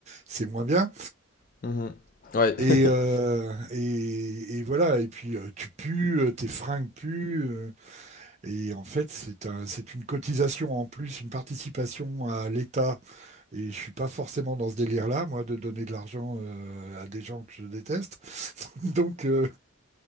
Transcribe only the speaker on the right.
c'est moins bien.
Et, euh, et, et voilà, et puis euh, tu pues, euh, tes fringues puent, euh, et en fait c'est un, c'est une cotisation en plus, une participation à l'État, et je suis pas forcément dans ce délire-là, moi, de donner de l'argent euh, à des gens que je déteste. <laughs> Donc, euh,